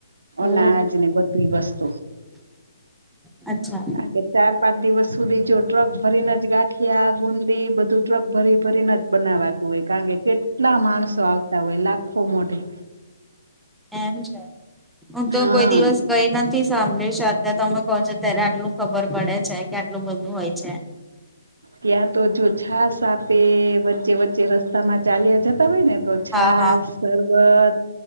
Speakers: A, on the right (about 80°); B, in the centre.
A: અનાજ
B: ઓ
A: ને બધુંઈ વસ્તુ
B: અચ્છા.
A: કારણ કે ચાર પાંચ દિવસ સુધી જો ટ્રક ભરીને જ ગાંઠિયા ગુંદી બધું ટ્રક ભરી ભરીન જ બનાવાતું હોય કારણ કે કેટલા માણસો આવતા હોય લાખો મોઢે
B: એમ છે, હું તો
A: હા
B: કોઈ દિવસ ગયી નથી સાંભળીશ અત તમે કહો છો ત્યારે આટલું ખબર પડે છે કે આટલું બધું હોય છે.
A: ત્યાં તો જો છાાસ આપે વચ્ચે વચ્ચે રસ્તા માં ચાલ્યા જતા હોય ને તો છાસ,
B: હા હા
A: શરબત,